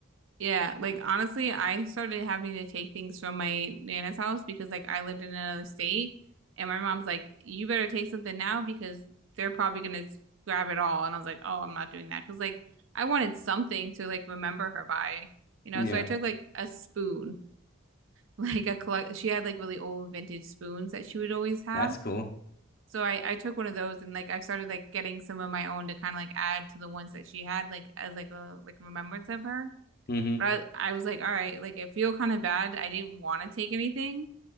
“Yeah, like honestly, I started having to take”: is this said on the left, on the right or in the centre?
Right